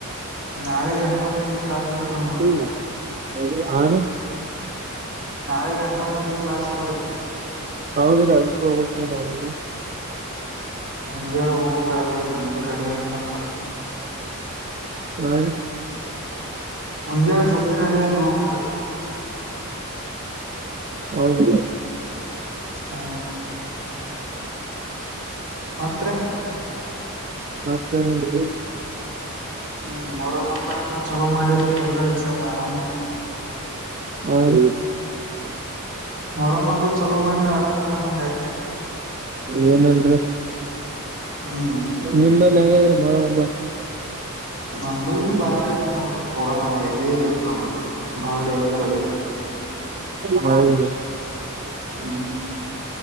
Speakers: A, on the right (about 60°); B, on the right (about 35°).
A: ನಾಳೆ ಎಂಟೊಮಲಜಿ ಕ್ಲಾಸ್ ಅದ್ರಿ ನಮ್ಗ
B: ಸುಮ್ಮನೆ ಹಾ ರೀ
A: ನಾಳೆಗ್ ಎಂಟೊಮಲಜಿ ಕ್ಲಾಸ್ ಅದ್ರಿ
B: ಹೌದ್ರಿ ಅದಕ್ಕೆ ಹೋಗ್ಬೇಕ್ರಿ ನಾವಲ್ಲಿ
A: ಮುಂಜಾಳೆ ಹೋಗ್ಬೇಕ್ರಿ ಅದೆಲ್ಲ ಜಲ್ದಿ ರೆಡಿ ಆಯಕಂದ್ರ
B: ಹಾ ರೀ
A: ಮುಂಜಾಳೆ ಜಲ್ದಿ ರೆಡಿ ಆಗಿ ಹೋಗ್ಬೇಕ್ರಿ
B: ಹೌದ್ರಿ
A: ಹ್ಮ್ ಮತ್ರಿ
B: ಮತ್ತೇನಿಲ್ರಿ
A: ಹ್ಮ್ ಮೊರಮ್ಮ ಹಬ್ಬ ಅಂತ್ರ ಚಲೋ ಮಾಡಿರಿ ಎಲ್ಲಾ ಈ ಸದ ಆರಾಮಿರಿ
B: ಹಾ ರೀ
A: ಮೊರಮ್ಮ ಹಬ್ಬ ಚಲೋ ಮಾಡ್ರಿ ಆರಾಮಿರಿ ಅನ್ನಂಗ ಆಯ್ತು
B: ಏನಿಲ್ರಿ
A: ಹ್ಮ್
B: ನಿಮ್ಮಲ್ಲಿ ಹೆಂಗೈತ್ರಿ ಮೊಹರಂ ಹಬ್ಬ
A: ನಂಬಲ್ಲಿ ಬಾರಿ ಆಗ್ಯದ ನೋಡ್ರಿ ಪೂರಾ ಹೆವಿ ಆಗ್ಯದ್ರಿ ನಂಬಲ್ಲಿ ಬಾಳ ಡೇಂಜರ್ ಆಗೇತ್ರಿ
B: ಹೌದ್ರಿ
A: ಹ್ಮ್